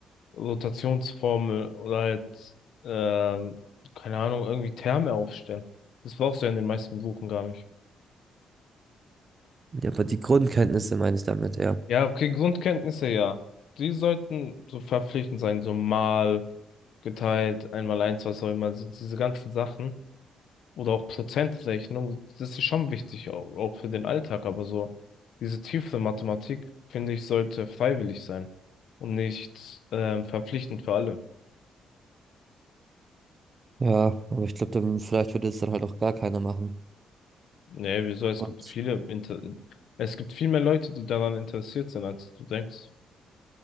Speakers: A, on the left (about 70°); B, on the right (about 35°).
A: Rotationsformel oder halt, ähm, keine Ahnung, irgendwie Terme aufstellen. Das brauchst du ja in den meisten Berufen gar nicht.
B: Ja, aber die Grundkenntnisse meine ich damit, ja.
A: Ja, okay, Grundkenntnisse, ja. Die sollten so verpflichtend sein, so mal geteilt, einmal eins, was auch immer, also diese ganzen Sachen. Oder auch Prozentrechnung, das ist schon wichtig, au- auch für den Alltag, aber so diese tiefe Mathematik, finde ich, sollte freiwillig sein und nicht ähm, verpflichtend für alle.
B: Ja, aber ich glaube, dann vielleicht würde es dann halt auch gar keiner machen.
A: Nee, wieso? Es
B: Und,
A: gibt viele, Inter es gibt viel mehr Leute, die daran interessiert sind, als du denkst.